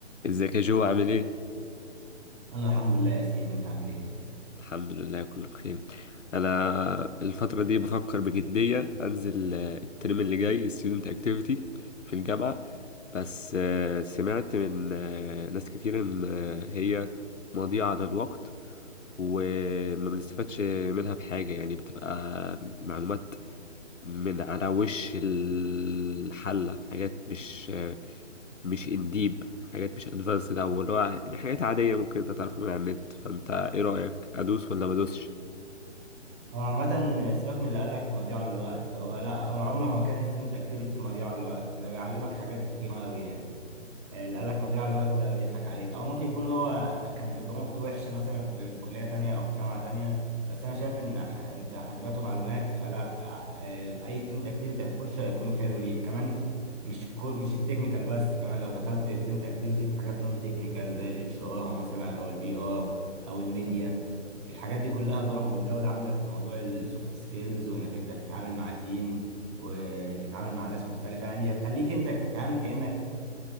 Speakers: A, on the left; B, on the right.
A: ازيك يا جو عامل ايه؟
B: انا الحمد لله يا سين انت عامل ايه
A: الحمد لله كله بخير انا الفترة دي بفكر بجدية انزل آه، الترم اللي جاي student activity في الجامعة بس آه، سمعت من آه، ناس كتير ان آه، هي مضيعة للوقت وما بنستفادش منها بحاجة يعني بتبقى معلومات من على وش الحلة حاجات مش آه، مش انديب حاجات مش ادفانسد او اللي هو يعني حاجات عاديه ممكن انت تعرفها من على النت فانت ايه رايك ادوس ولا ما ادوسش
B: هو عامه سيبك من اللي قال لك مضيعه للوقت هو لا هو عمره ما كان ستودنت اكتيفيتي مضيعه للوقت ده بيعلمك حاجات كتير قوي يعني اللي قالك مضيعة الوقت ده بيضحك عليك او ممكن يكون هو كان تجربته وحشة مثلا في كلية تانية او في جامعة تانية بس انا شايف ان ح- انت حاسبات ومعلومات فلا آه، اي ستودنت اكتيفيتي هتخشه هيكون حلو ليك كمان مش كو مش التكنيكال بس كمان لو دخلت ستودنت اكتيفيتي في حاجات نون تكنيكال زي الاتش ار مثلا او البي ار او الميديا الحاجات دي كلها برضه بتزود عندك موضوع السوفت سكيلز وانك انت تتعامل مع تيم وتتعامل مع ناس مختلفة يعني هتخليك انت تتعامل كأنك